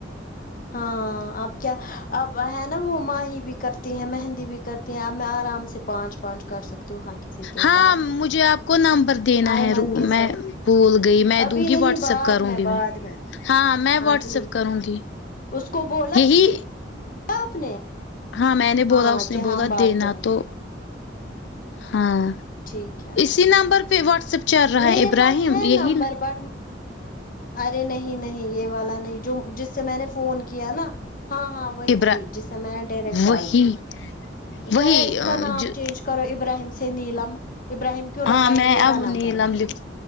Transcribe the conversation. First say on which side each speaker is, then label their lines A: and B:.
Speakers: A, on the left (about 50°); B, on the left (about 70°).
A: ہاں اب کیا اب ہے نا وہ ماہی بھی کرتی ہے مہندی بھی کر تی میں اب میں آرام سے پانچ پانچ کر سکتی ہوں ہر کسی کے
B: ہاں
A: ساتھ
B: مجھے آپ کو نمبر دینا
A: آئمن
B: ہے رو
A: کے
B: میں
A: ساتھ
B: بھول گئی میں
A: ابھی
B: دوں
A: نہیں
B: گی واٹسپ
A: بعد
B: کروں گی
A: بعد
B: میں ہاں میں واٹسپ
A: ٹھیک ہے
B: کروں گی
A: اس کو بولا
B: یہی
A: آپ نے
B: ہاں میں نے
A: ہاں
B: بولا اس نے
A: کہ
B: بولا
A: ہم بات
B: دینا
A: کریں
B: تو ہاں
A: ٹھیک ہے
B: اسی نمبر پہ واٹسپ چل رہا
A: میرے
B: ہے ابراہیم
A: پاس ہے
B: یہی
A: نمبر
B: نا
A: بٹ ارے نہیں نہیں یہ والا نہیں جو جس سے میں نے فون کیا نا ہاں ہاں وہی
B: ابرا
A: وہی جس میں نے ڈائریکٹ کال
B: وہی
A: کی
B: وہی
A: ذرا اس کا نام چینج کرو ابراہیم سے نیلم ابراہیم کیوں
B: ہاں
A: رکھا
B: میں
A: یہ میرا
B: اب
A: نمبر
B: نیلم
A: ہے
B: لکھ